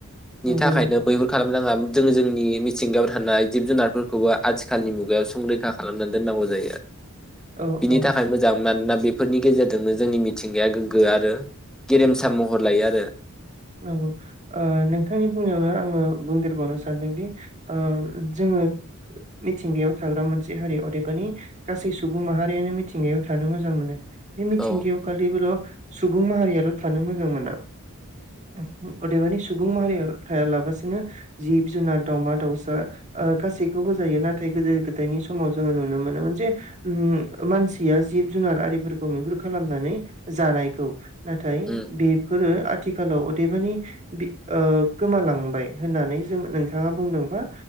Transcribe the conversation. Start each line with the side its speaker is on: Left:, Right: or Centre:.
Centre: नि
Right: नंगौ
Centre: थाखायनो
Right: नोंथां
Centre: बैफोर खालाम नाङा जोंङो जोंनि मिथिंगायाव थानाय जिब जुनारफोरखौबो आथिखालनि मुगायाव संरैखा खालामनानै दोननांगौ जायो।
Right: औ
Centre: बिनि
Right: औ
Centre: थाखाय मोजां मान ना बेफोरनि गेजेरजोंनो जोंनि मिथिंगाया गोग्गो आरो गेरेमसा महर लायो आरो
Right: औ ओ नोंथांनि बुंनायावनो आङो बुंदेरबावनो सानदोंदि ओ जोङो मिथिंगायाव थाग्रा मोनसे हारि अदेबानि गासै सुबुं माहारियानो मिथिंगायाव थानो मोजां मोनो। बेै मिथिंगायावखालि
Centre: औ
Right: बेल' सुबुं माहारियाल' थानो मोजां मोना उहु अदेबानि सुबुं माहारिया थायालाबसिनो जिब जुनार दाउमा दाउसा ओ गासैखौबो जायो नाथाय गोदो गोदायनि समाव जोङो नुनो मोनोमोन जे उम मानसिया जिब जुनार आरिफोरखौ मैहुर खालामनानै जानायखौ। नाथाय
Centre: उम
Right: बेफोरो आथ थिखालाव अदेबानि बि ओ गोमालांबाय होननानै जों नोंथाङा बुंदोंबा